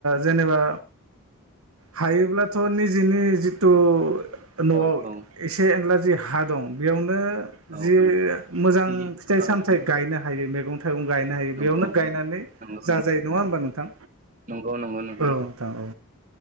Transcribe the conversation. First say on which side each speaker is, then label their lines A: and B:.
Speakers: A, on the right (about 65°); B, on the right (about 35°).
A: जेनेबा हायोब्लाथ निजेनि जिथु नआव
B: औ औ
A: एसे एनला जि हा दं बेयाव नो
B: औ
A: जि मोजां
B: जि
A: फिथाय
B: औ
A: सामथाय गायनो हायो मेगं थाइगं गायनो हायो
B: नंगौ
A: बेयावनो गायनानै
B: नंगौ
A: जाजायो
B: नंगौ
A: नङा होमबा नोंथां
B: नंगौ नंगौ नोंथां
A: औ औ